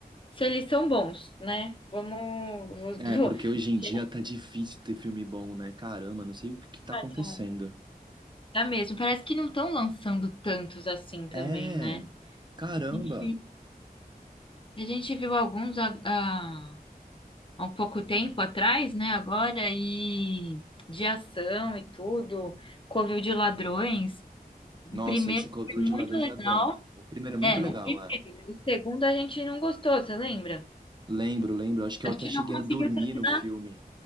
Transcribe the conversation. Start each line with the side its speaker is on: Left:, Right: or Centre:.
Left: se eles são bons, né? Vamos.
Right: É,
Left: vou-
Right: porque hoje
Left: <laughs>
Right: em dia tá difícil ter filme bom, né? Caramba, não sei o que que tá
Left: vou-
Right: acontecendo.
Left: Tá mesmo. Parece que não estão lançando tantos assim também,
Right: É,
Left: né?
Right: caramba.
Left: A gente, a gente viu alguns há, há- há um pouco tempo atrás, né? Agora, e de ação e tudo, Covil de Ladrões. O
Right: Nossa,
Left: primeiro
Right: esse Covil
Left: foi
Right: de
Left: muito
Right: Ladrões
Left: legal.
Right: é bom. O primeiro é muito
Left: É,
Right: legal,
Left: o primeiro.
Right: é.
Left: O segundo a gente não gostou, você lembra?
Right: Lembro, lembro. Acho que
Left: A
Right: eu até
Left: gente
Right: cheguei
Left: não conseguiu
Right: a dormir
Left: terminar.
Right: no filme.